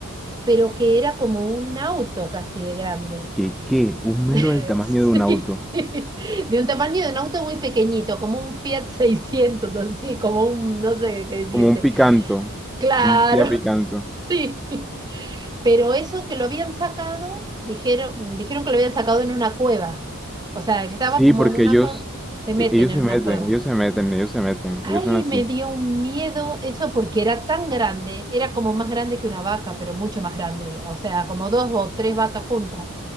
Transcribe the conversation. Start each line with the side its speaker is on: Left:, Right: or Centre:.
Right: pero que era como un auto casi de grande.
Centre: ¿Qué, qué? Un mero
Right: <laughs>
Centre: del tamaño
Right: Sí.
Centre: de un auto.
Right: De un tamaño de un auto muy pequeñito, como un Fiat seiscientos así, como un, no sé qué decirte.
Centre: Como un picanto.
Right: Claro,
Centre: Un Kia picanto.
Right: <laughs> sí. Pero eso que lo habían sacado, dijeron, dijeron que lo habían sacado en una cueva. O sea, que estaba
Centre: Sí,
Right: como
Centre: porque
Right: en una
Centre: ellos,
Right: cueva, se meten
Centre: e- ellos
Right: en
Centre: se
Right: una
Centre: meten,
Right: cueva.
Centre: ellos se meten, ellos se meten,
Right: Ay,
Centre: ellos son así.
Right: me dio un miedo eso porque era tan grande, era como más grande que una vaca, pero mucho más grande, o sea, como dos o tres vacas juntas.